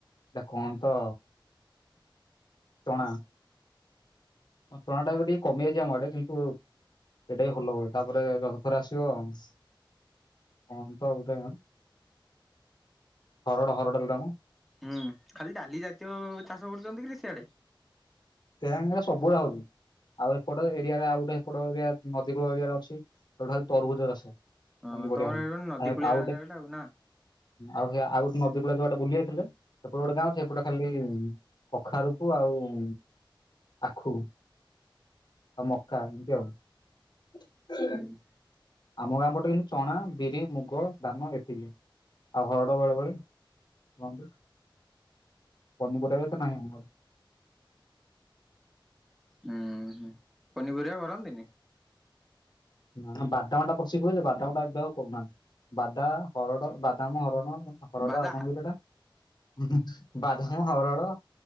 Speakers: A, on the left (about 55°); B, in the centre.
A: ସେଟା କଣ ତ ତଣା। କଁ ଚଣା ଟା ଏବେ ଟିକେ କମିଯାଇଚି ଆମ ଆଡ଼େ, କିନ୍ତୁ-ଉ ଏଇଟା ବି ଭଲ ହୁଏ। ତା'ପରେ ଗ୍ରହଥରେ ଆସିବ-ଅଁ। କଣ ତ ଗୁଟେଁ? ହରଡ ହରଡ ଯୋଉଟା ମଁ।
B: ହୁଁ, ଖାଲି ଡାଲି ଜାତୀୟ ଚାଷ କରୁଚନ୍ତି କିରେ ସିଆଡେ?
A: କେଆଣି? ଏରା ସବୁଏଳେ ହଉଚି। ଆଉ ଏପଟ ଏରିଆରେ ଆଉ ଗୁଟେ ଏପଟ ଏରିଆ ନଦୀ କୂଳ ଏରିଆରେ ଅଛି। <unintelligible> ତରୁଭୁଜ ଚାଷ।
B: ହଁ,
A: ପନିପରିବା
B: ତମର
A: ଖାଲି
B: ହେଇ <unintelligible> ନଦୀ
A: ଆଉ
B: କୂଳିଆ
A: ଆଉ ଗୋଟେ
B: ଜାଗା ଟା ଆଉ ନା?
A: ଆଉ ସେ ଆଉ ଗୋଟ୍ ନଦୀ କୂଳିଆ ଯୋଉଆଡେ ବୁଲି ଯାଇଥିଲେ। ସେପଟେ ଗୋଟେ ଗାଁ ଅଛି। ହେପଟେ ଖାଲି-ଇଁ କଖାରୁ କୁ ଆଉଁ-ଉଁ ଆଖୁ, ଆଉ ମକା, ଏମିତି ଆଉ। <inaudible>
B: <inaudible>
A: ଆମ ଗାଁ ପଟେ କିନ୍ତୁ ଚଣା, ବିରି, ମୁଗ, ଧାନ ଏତିକି। ଆଉ ହରଡ ବେଳେବେଳେ କନ୍ତି। ପନିପରିବା ବି ଏତେ ନାହିଁ ଆମର।
B: ହୁଁ, ହୁଁ, ପନିପରିବା କରନ୍ତିନି?
A: ନା ବାଦାମ ଟା ପଶି ହୁଏ ଯେ, ବାଦାମ ଟା ଏବେ ଆଉ କରୁନାହାଁନ୍ତି। ବାଦା ହରଡ଼, ବାଦାମ ହରଡ଼ଁ ହରଡ
B: ବାଦା
A: ଆଉ କଣ କିରେ ଏଟା? <unintelligible> ବାଦାମ ହରଡ଼।